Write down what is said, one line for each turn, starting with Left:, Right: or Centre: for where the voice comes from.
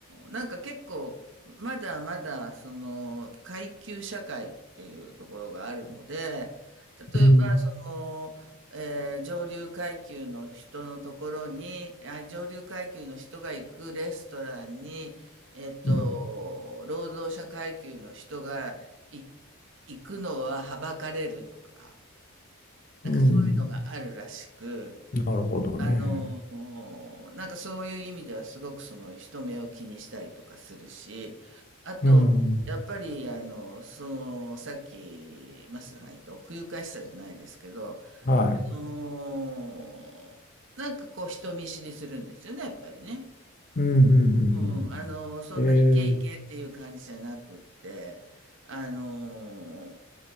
Right: なんか結構、まだまだ、その、階級社会っていうところがあるので、例えば、
Left: うん。
Right: その、えー上流階級の人のところに、あ上流階級の人が行くレストランに、えっと、
Left: うん。
Right: 労働者階級の人がい行くのははばかれるとか、なんかそういうのがあるらしく、
Left: うん。なるほどね。
Right: あのーなんかそういう意味ではすごくその人目を気にしたりとかするし、あとやっぱりあの、
Left: うん。
Right: そのさっきマスさんが言った奥ゆかしさじゃないですけど、あ
Left: はい。
Right: のーなんかこう人見知りするんですよね、やっぱりね。
Left: うん。うん。うんうんうんえ
Right: うん、あの、そんなイケイケっていう感じじゃなくって、あの、